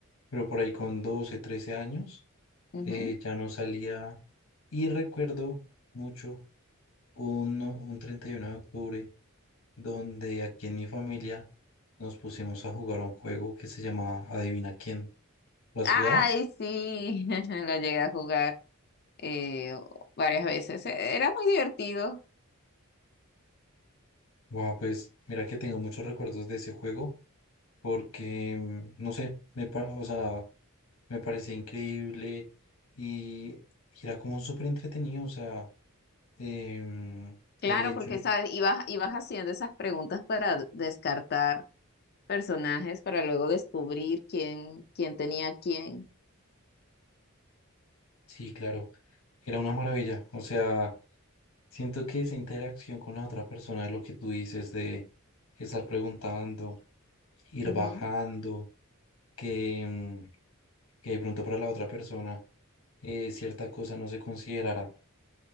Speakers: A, on the left (about 75°); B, on the left (about 50°).
A: Pero por ahí con 12, 13 años
B: ujú.
A: eh, ya no salía Y recuerdo mucho un, un 31 de octubre donde aquí en mi familia nos pusimos a jugar un juego que se llamaba Adivina quién. ¿Lo has
B: Ay,
A: jugado?
B: sí, <laughs> lo llegué a jugar eh, varias veces. E- Era muy divertido.
A: Guau, pues mira que tengo muchos recuerdos de ese juego porque, mm, no sé, me, pa- o sea, me parecía increíble y, y era como súper entretenido, o sea, em,
B: Claro,
A: el hecho
B: porque
A: de
B: sabes, ibas, ibas haciendo esas preguntas para d- descartar personajes, para luego descubrir quién, quién tenía quién.
A: Sí, claro, era una maravilla. O sea, siento que esa interacción con la otra persona, lo que tú dices de estar preguntando, ir
B: Ujú,
A: bajando, que, mm, que de pronto para la otra persona eh, cierta cosa no se considerara